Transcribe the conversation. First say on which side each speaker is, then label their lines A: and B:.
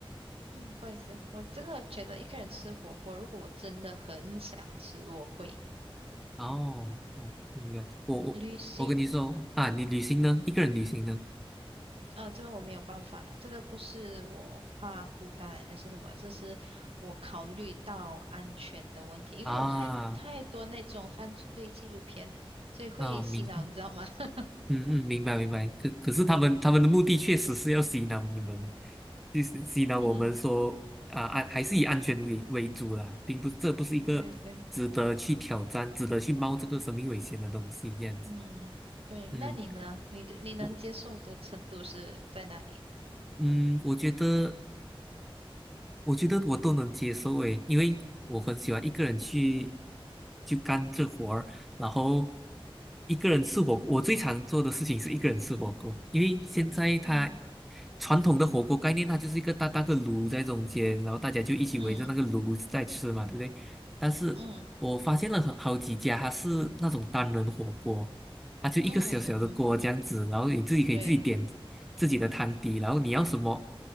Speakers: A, on the right (about 75°); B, in the centre.
A: 嗯，不好意思，我这个觉得一个人吃火锅，如果我真的很想吃，我会
B: 哦哦，明白。我我我跟你说啊，
A: 旅行，嗯，
B: 你旅行呢？一个人旅行呢？
A: 啊，这个我没有办法，这个不是我怕孤单还是什么，这是我考虑到安全的问题，因为我看太多那种犯罪纪录片，
B: 啊
A: 所以会洗脑，
B: 啊，明
A: 你知道吗？<laughs>
B: 嗯嗯，明白明白。可可是他们他们的目的确实是要洗脑你们，就是洗脑我们说啊安还是以安全为为主啦，
A: 嗯，
B: 并不这不是一个值得去挑战、
A: 对对，
B: 值得去冒这个生命危险的东西这样子。
A: 嗯，对，
B: 嗯，
A: 那你呢？你你能接受的程度是在哪里？
B: 我嗯我觉得。我觉得我都能接受诶，因为我很喜欢一个人去去干这活儿，然后一个人吃火锅。我最常做的事情是一个人吃火锅，因为现在它
A: 嗯
B: 传统的火锅概念，它就是一个大大个炉在中间，然后大家就一起围着那个炉子在吃嘛，
A: 嗯
B: 对不对？但是我发现了很好几家，
A: 嗯
B: 它是那种单人火锅，它就一个小小的锅这样子，
A: 嗯嗯嗯嗯。
B: 然后你自己可以自己点
A: 对，
B: 自己的汤底，然后你要什么，